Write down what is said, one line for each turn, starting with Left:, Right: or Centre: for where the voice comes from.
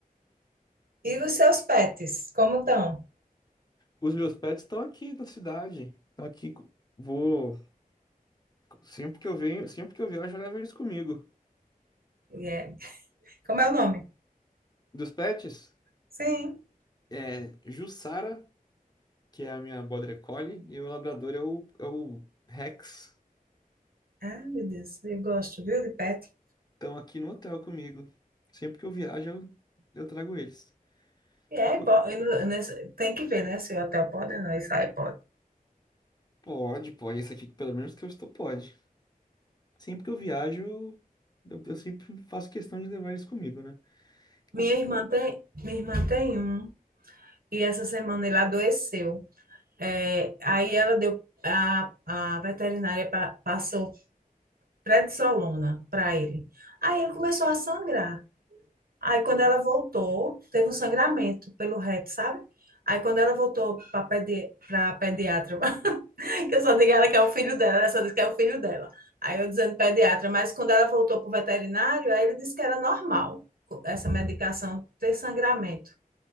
Right: E os seus pets, como estão?
Left: Os meus pets estão aqui na cidade. Estão aqui. Vou. Sempre que eu venho, sempre que eu viajo, eu levo eles comigo.
Right: E é- Como é o nome?
Left: Dos pets,
Right: Sim.
Left: é Jussara, que é a minha Border Collie, e o meu labrador é o, é o Rex.
Right: Ai, meu Deus, eu gosto, viu, de pet.
Left: Estão aqui no hotel comigo. Sempre que eu viajo, eu, eu trago eles.
Right: E
Left: Enqu-
Right: é, po- e no- nesse- tem que ver, né, se o hotel pode ou não, isso aí pode.
Left: Pode, pode. Esse aqui, pelo menos que eu estou, pode. Sempre que eu viajo, eu, eu, eu sempre faço questão de levar isso comigo, né? É complicado.
Right: Minha irmã tem, minha irmã tem um, e essa semana ele adoeceu. É, aí ela deu, a, a veterinária pa- passou prednisolona para ele. Aí ele começou a sangrar. Aí quando ela voltou, teve um sangramento pelo reto, sabe? Aí quando ela voltou para pedi pra pediatra, <laughs> que eu só digo ela que é o filho dela, ela só disse que é o filho dela. Aí eu dizendo pediatra, mas quando ela voltou para o veterinário, aí ele disse que era normal essa medicação ter sangramento.